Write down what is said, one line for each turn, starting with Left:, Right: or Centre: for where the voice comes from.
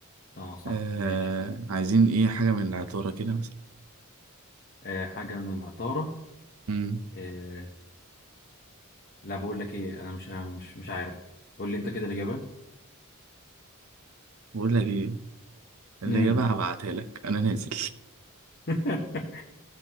Left: اه صح
Right: آه...
Left: ماشي
Right: عايزين ايه حاجة من العطارة كده مثلا
Left: آه حاجة من العطارة
Right: امم
Left: آه لا بقول لك ايه انا مش مش مش عارف قول لي انت كده الإجابة
Right: بقول لك ايه اللي
Left: امم
Right: جابها هبعتها لك انا نازل
Left: <laughs>